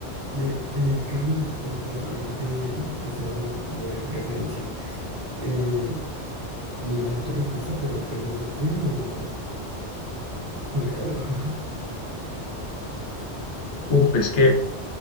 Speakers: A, on the right; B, on the left.
A: Eh, eh, Carlos, ahorita, ahorita que, em, que estamos hablando como de preferencias, eh, me imagino tu respuesta, pero ¿prefieres el frío o, o el calor? <laughs>
B: Uf, es que